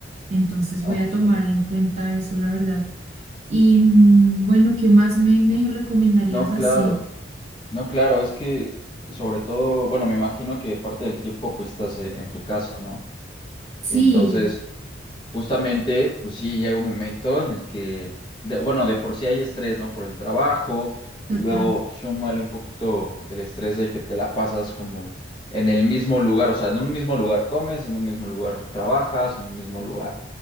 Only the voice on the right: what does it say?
Entonces
voy a tomar en cuenta eso, la verdad. Y mm, bueno, ¿qué más me, me
recomendarías
así?
Sí,
total.